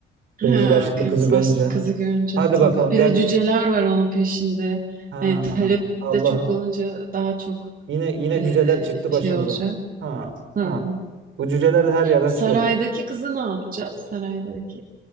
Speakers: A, on the right; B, on the right.
A: Kırmızı
B: Ha,
A: başlıklı
B: kırmızı
A: kızı görünce.
B: başlı kızı görünce
A: Hadi
B: tabii.
A: bakalım
B: Bir
A: gel.
B: de cüceler var onun peşinde.
A: Ha,
B: Hani talep
A: Allah'ım.
B: de çok olunca daha çok
A: Yine yine
B: e,
A: cüceler çıktı başımıza.
B: şey olacak.
A: Ha,
B: Hı.
A: ha. Bu cüceler de her yerden
B: Saraydaki
A: çıkıyor.
B: kızı ne yapacağız? Saraydaki